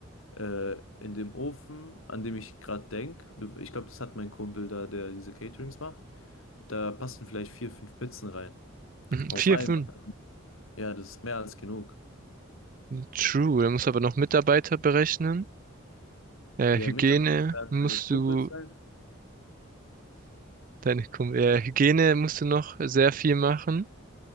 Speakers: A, on the left (about 85°); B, on the right (about 40°).
A: äh, in dem Ofen, an dem ich gerade denke, ich glaube, das hat mein Kumpel da, der diese Caterings macht, da passen vielleicht vier, fünf Pizzen rein.
B: Mhm.
A: Auf
B: Vier,
A: einmal.
B: fünf.
A: Ja, das ist mehr als genug.
B: True. Da musst du aber noch Mitarbeiter berechnen. Äh,
A: Ja,
B: Hygiene
A: Mitarbeiter werden
B: musst
A: meine Kumpels
B: du
A: sein.
B: Technikum. Äh, Hygiene musst du noch sehr viel machen.